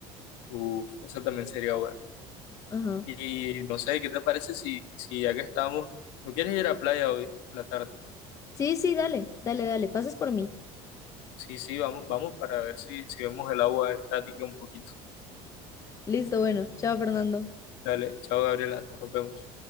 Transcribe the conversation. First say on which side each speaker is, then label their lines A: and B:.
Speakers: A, on the left; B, on the left.
A: Uf, esa también sería buena.
B: Ajá.
A: Y no sé, ¿qué te parece si, si ya que estamos, ¿no quieres ir a playa hoy en la tarde?
B: Sí, sí, dale, dale, dale. Pases por mí.
A: Sí, sí, vamos, vamos para ver si, si vemos el agua estática un poquito.
B: Listo, bueno. Chao, Fernando.
A: Dale, chao Gabriela, nos vemos.